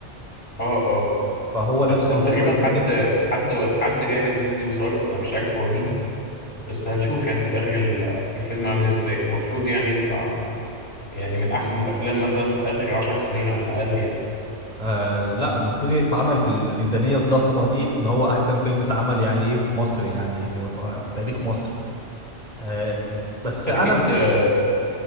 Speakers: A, on the left (about 55°); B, on the right (about 30°).
A: اه اه
B: فهو
A: ت-
B: نفس
A: او
B: المخرج
A: تقريبا حد
B: وكده
A: حد حد جايب الناس دي وصارف انا مش عارف هو مين بس هنشوف يعني في الاخر ال- الفيلم عامل ازاي المفروض يعني يطلع يعني من احسن الافلام مثلا في اخر عشر سنين على الاقل يعني
B: آه لا المفروض يتعمل بالميزانية الضخمة دي ان هو احسن فيلم اتعمل يعني ايه في مصر يعني في في تاريخ مصر آه بس
A: فاكيد
B: انا ب...
A: آه،